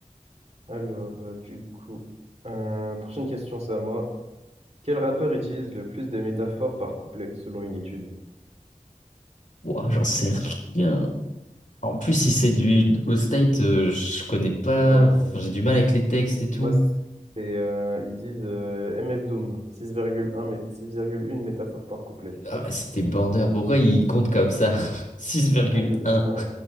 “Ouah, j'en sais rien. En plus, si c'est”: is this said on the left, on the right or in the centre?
Left